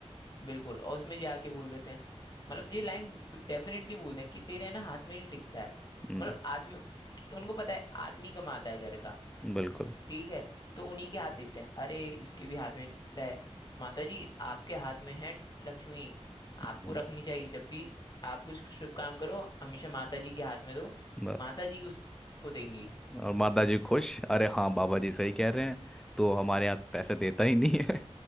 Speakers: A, on the left; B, in the centre.
A: बिल्कुल और उसमें ये आके बोल देते हैं मतलब ये लाइन डेफिनेटली बोलते हैं कि तेरे है ना हाथ में नहीं टिकता है
B: हम्म
A: मतलब आदमी कि- उनको पता है आदमी कमाता है घर का
B: बिल्कुल
A: ठीक है तो उन्हीं के हाथ देखते हैं अरे इसके भी हाथ में नहीं दिखता है माता जी आपके हाथ में है लक्ष्मी आपको
B: हम्म,
A: रखनी चाहिए जब भी आप कुछ शुभ काम करो हमेशा माता जी के हाथ में दो
B: बस
A: माता जी उसको देंगी
B: और माता जी खुश अरे हाँ बाबा जी सही कह रहे हैं तो हमारे यहाँ पैसे देता ही नहीं है